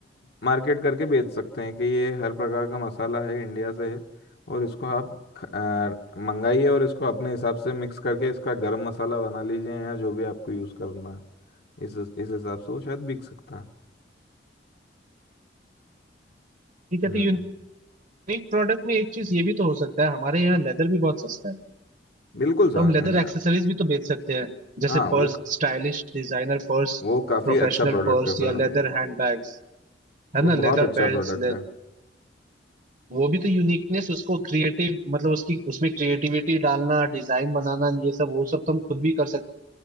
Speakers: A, on the left (about 65°); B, on the right (about 45°).
A: मार्केट करके बेच सकते हैं कि ये हर प्रकार का मसाला है इंडिया से है और इसको आप ख- अ, मंगाइए और इसको अपने हिसाब से मिक्स करके इसका गरम मसाला बना लीजिए या जो भी आपको यूज़ करना है इस इस हिसाब से वो शायद बिक सकता है
B: ठीक है
A: हम्म
B: तो यूनिक प्रोडक्ट में एक चीज ये भी तो हो सकता है हमारे यहाँ लेदर भी बहुत सस्ता है
A: बिल्कुल सर
B: तो हम लेदर
A: न-
B: एक्सेसरीज भी तो बेच सकते हैं जैसे
A: हाँ
B: purse
A: वो
B: stylish designer purse
A: वो काफ़ी
B: professional
A: अच्छा प्रोडक्ट
B: purse
A: है
B: या
A: सर
B: लेदर हैंडबैग्स है
A: वो
B: ना
A: बहुत
B: Leather
A: अच्छा
B: belt
A: प्रोडक्ट है
B: वो भी तो यूनिकनेस उसको क्रिएटिव मतलब उसकी उसमें क्रिएटिविटी डालना डिजाइन बनाना ये सब वो सब तो हम खुद भी कर सकते